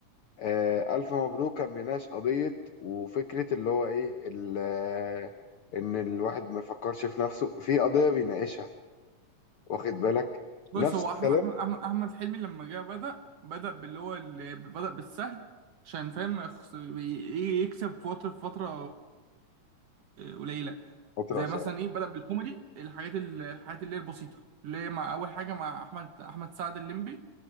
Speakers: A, on the left; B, on the right.
A: آه الف مبروك كان بيناقش قضيه وفكره اللي هو ايه ال- آه، ان الواحد ما يفكرش في نفسه في قضيه بيناقشها واخد بالك
B: بص
A: نفس
B: هو احمد
A: الكلام
B: احمد احمد أحمد حلمي لما جه بدأ بدأ باللي هو اللي بدأ بالسهل عشان فاهم ما يخس- ي- يكسب في فترة في فترة قليلة
A: فتره
B: زي
A: اسامه
B: مثلا ايه بدأ بالكوميدي الحاجات ال- الحاجات اللي هي البسيطة اللي هي مع أول حاجة مع أحمد أحمد سعد الليمبي